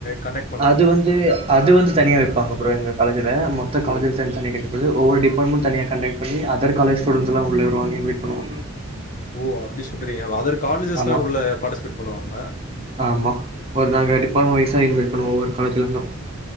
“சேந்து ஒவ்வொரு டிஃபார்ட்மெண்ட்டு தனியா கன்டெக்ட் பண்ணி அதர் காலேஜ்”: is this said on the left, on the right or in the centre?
Right